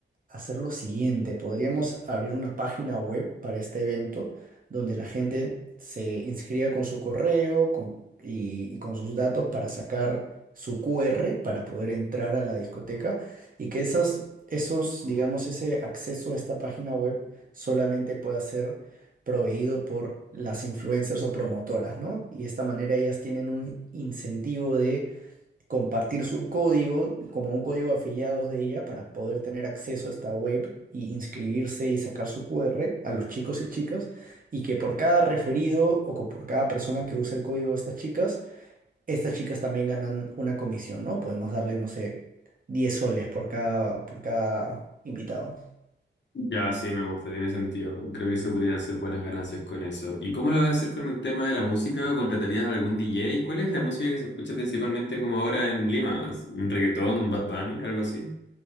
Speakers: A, on the right; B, on the left.
A: hacer lo siguiente, podríamos abrir una página web para este evento donde la gente se inscriba con su correo con- y y con sus datos para sacar su QR para poder entrar a la discoteca y que esas, esos, digamos, ese acceso a esta página web solamente pueda ser proveído por las influencers o promotoras, ¿no? Y de esta manera ellas tienen un incentivo de compartir su código como un código afiliados de ella para poder tener acceso a esta web y inscribirse y sacar su QR a los chicos y chicas y que por cada referido o co- por cada persona que use el código de estas chicas estas chicas también ganan una comisión, ¿no? Podemos darle, no sé, 10 soles por cada, por cada invitado.
B: Ya, sí, me gusta, tiene sentido. Creo que se podrían hacer buenas ganancias con eso. ¿Y cómo lo vas a hacer con el tema de la música? ¿O contratarías a algún DJ? ¿Cuál es la música que se escucha principalmente como ahora en Lima? ¿Un reggaetón, un Bad Bunny, algo así?